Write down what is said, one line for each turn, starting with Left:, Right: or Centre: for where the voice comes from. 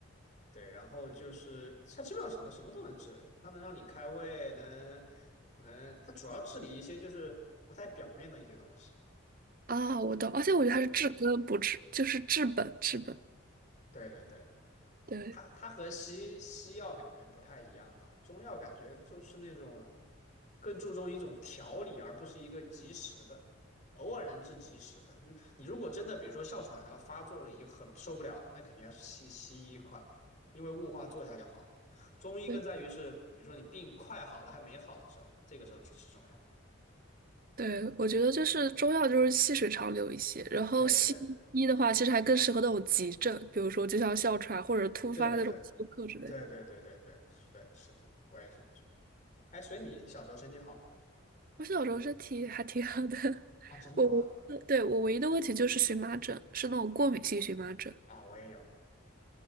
Left: 对，然后就是它基本上什么什么都能治，它能让你开胃，能能，它主要治理一些就是不太表面的一些东西。
Right: 啊，我懂，而且我觉得它是治根不治，
Left: 对，
Right: 就是治本治本。
Left: 对对对。
Right: 对，
Left: 它它和西西药感觉不太一样吧？中药感觉就是那种更注重一种调理，而不是一个及时的，偶尔能治及时的。就你如果真的比如说哮喘它发作了，已经很受不了了那肯定要是西西医快，因为雾化做一下就好了。中医更在于是，
Right: 对。
Left: 比如说你病快好了还没好的时候，这个时候去吃中药。
Right: 对，我觉得就是中药就是细水长流一些，然后西医的话，
Left: 对对对
Right: 其实还更适合那种急症，比如说就像哮喘或者突发那种休克之类。
Left: 对对对对对对对对，是的，是的，我也是这么觉得。哎，所以你小时候身体好
Right: 我小时候身体还挺好的，<laughs>
Left: 啊？哦真的吗？
Right: 我我对我唯一的问题就是荨麻疹，是那种过敏性荨麻疹。
Left: 啊，我也有